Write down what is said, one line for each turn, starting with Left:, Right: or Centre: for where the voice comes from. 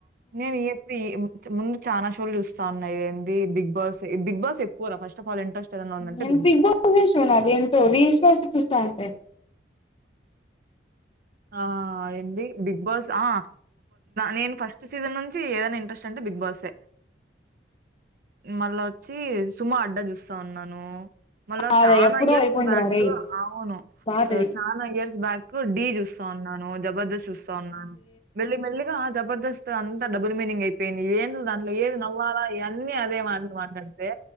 Right: నేనుయంపిమ్ ముందు చాలా షోలు చూస్తా ఉన్నాయి ఏంది బిగ్ బాస్ బిగ్ బాస్ ఎక్కువ రా ఫస్ట్ ఆఫ్ ఆల్ ఇంట్రెస్ట్ ఏదన్నా ఉందంటే
Left: నెన్ బిగ్ బాస్ షో ను అదెంటొ రీల్స్ కోసం చూస్తాంటె
Right: ఆ ఎంది బిగ్ బాస్ ఆ నేను ఫస్ట్ సీజన్ నుంచి ఏదైనా ఇంట్రెస్ట్ అంటే బిగ్ బాస్ ఎ మళ్ళా వచ్చి సుమా అడ్డా చూస్తా ఉన్నాను మళ్ళ
Left: అదే
Right: చానా
Left: ఎప్పుడో
Right: ఇయర్స్
Left: అయిపోయిందిరా
Right: బ్యాగ్
Left: రేయ్
Right: అవును
Left: పాతది
Right: చాలా ఇయర్స్ బ్యాక్ డీ చుస్ ఉన్నాను జబర్దస్త్ చూస్తా ఉన్నాను మెల్లి మెల్లి గా జబర్దస్త్ అంతా డబుల్ మీనింగ్ అయిపో ఏం దాంట్లో ఏది నవ్వాలా అన్నీ అదే మా మాట్లాడితే